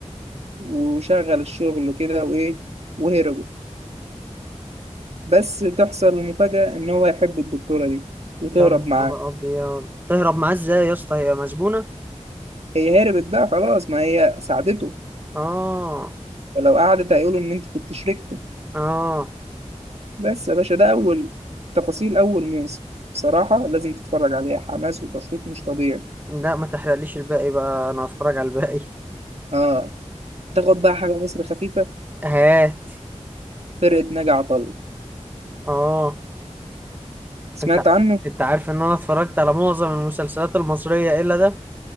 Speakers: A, on the right; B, on the right.
A: وشغل الشغل كده وإيه وهربوا بس تحصل المفاجأة إن هو يحب الدكتورة دي وتهرب
B: يا
A: معاه
B: نهار ابيض تهرب معاه ازاي يا اسطى هي مسجونة
A: هي هربت بقى خلاص ما هي ساعدته
B: اه
A: ولو قعدت هيقولوا إن أنت كنت شريك
B: اه
A: بس يا باشا ده أول تفاصيل أول موسم بصراحة لازم تتفرج عليها حماس وتشويق مش طبيعي
B: لا ما تحرقليش الباقي بقى انا هتفرج على الباقي
A: آه تاخد بقى حاجة مصر خفيفة
B: هات
A: فرقة ناجي عطا الله
B: اه
A: سمعت
B: انت
A: عنه
B: انت عارف ان انا اتفرجت على معظم المسلسلات المصرية الا ده